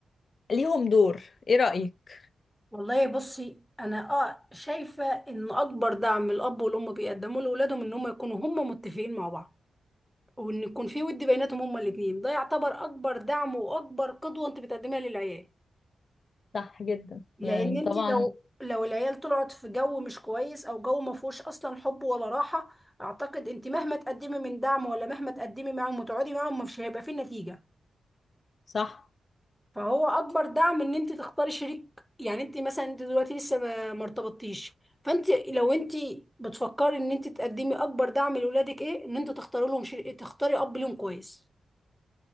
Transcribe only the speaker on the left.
ليهم دور إيه رأيك؟
صح جدا
يعني
طبعا
صح